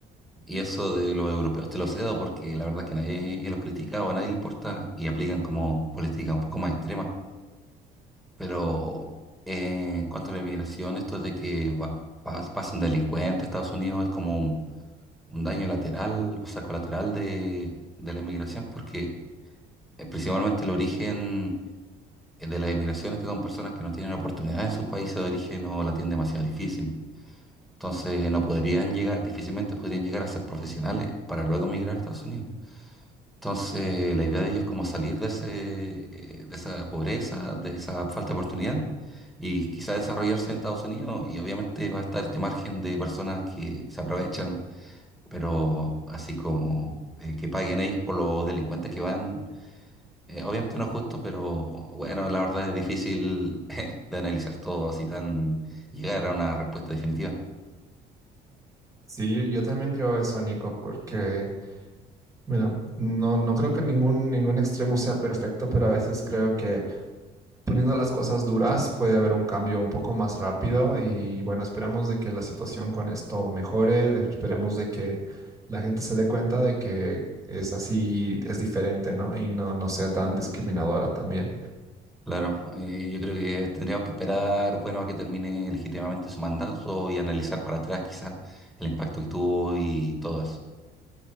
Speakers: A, in the centre; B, on the right.
A: Y eso de los europeos te lo cedo porque la verdad que nadie los critica o a nadie le importa y aplican como política un poco más extrema. Pero eh, en cuanto a la inmigración, esto de que va- pas- pasen delincuentes a Estados Unidos es como un, un daño lateral, o sea, colateral de, de la inmigración porque eh, principalmente el origen eh, de la inmigración es que son personas que no tienen oportunidad en sus países de origen o la tienen demasiado difícil. Entonces no podrían llegar, difícilmente podrían llegar a ser profesionales para luego migrar a Estados Unidos. Entonces, la idea de ellos es como salir de ese, eh, de esa pobreza, de esa falta de oportunidad y quizá desarrollarse en Estados Unidos. Y obviamente va a estar este margen de personas que se aprovechan, pero así como eh, que paguen ellos por los delincuentes que van, eh, obviamente no es justo, pero bueno, la verdad es difícil <laughs> de analizar todo así tan llegar a una respuesta definitiva.
B: Sí, yo yo también creo eso, Nico, porque... Bueno, no, no creo que ningún, ningún extremo sea perfecto, pero a veces creo que poniendo las cosas duras puede haber un cambio un poco más rápido y bueno, esperemos de que la situación con esto mejore, de- esperemos de que la gente se dé cuenta de que es así, es diferente, ¿no? Y no, no sea tan discriminadora también.
A: Claro, eh, yo creo que tendríamos que esperar, bueno, a que termine legítimamente su mandato y analizar para atrás quizás el impacto que tuvo y todo eso.